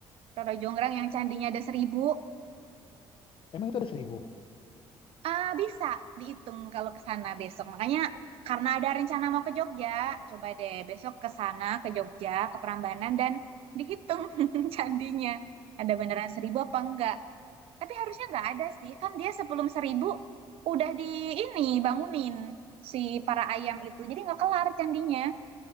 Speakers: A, on the right (about 70°); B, on the left (about 55°).
A: Roro Jonggrang yang candinya ada seribu,
B: Emang itu ada seribu?
A: Ah, bisa dihitung kalau ke sana besok. Makanya karena ada rencana mau ke Jogja, coba deh besok ke sana ke Jogja, ke Prambanan dan dihitung <laughs> candinya. Ada beneran seribu apa enggak? Tapi harusnya enggak ada sih. Kan dia sebelum seribu udah di ini bangunin si para ayam itu. Jadi enggak kelar candinya.